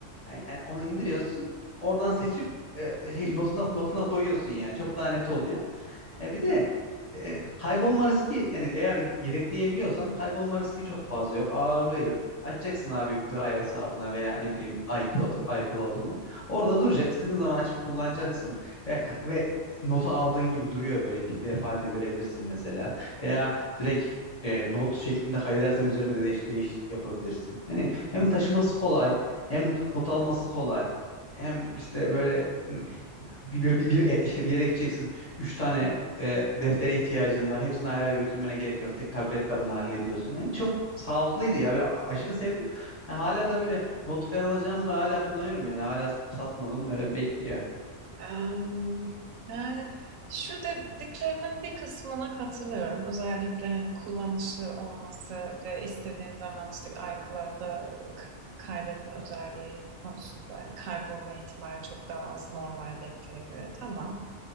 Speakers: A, on the left; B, on the right.
A: Yani- yani onu indiriyorsun. Oradan seçip e, şey, notuna notuna koyuyorsun yani. Çok daha net oluyor. Ya bir de e, kaybolma riski yani eğer yedekleyebiliyorsan kaybolma riski çok fazla yok. Ağırlığı yok. Açacaksın abi bir Drive hesabına veya ne bileyim iCloud, iCloud'una. Orada duracak. İstediğin zaman açıp kullanacaksın. Ve, ve notu aldığın gibi duruyor böyle PDF halinde görebilirsin mesela. Veya direkt e, not şeklinde kaydedersen üzerine de değiş, değişiklik yapabilirsin. Yani hem taşıması kolay hem not alması kolay hem işte böyle hmm, bir, bir, bir, bir- e, işte bir yere gideceksin. Üç tane e, deftere ihtiyacın var. Hepsini ayrı ayrı götürmene gerek yok. Tek tabletle bunu hallediyorsun. Hani çok sağlıklıydı ya. Böyle a- aşırı sevdim. Yani hala da böyle not falan alacağım da hala kullanıyorum yani. Hala satmadım. Böyle bekliyor.
B: Em, Yani şu dediklerinin bir kısmına katılıyorum. Özellikle hani kullanışlı olması ve istediğin zaman işte iCloud'a k- kaydetme özelliği konusunda hani kaybolma ihtimali çok daha az normal deftere göre tamam.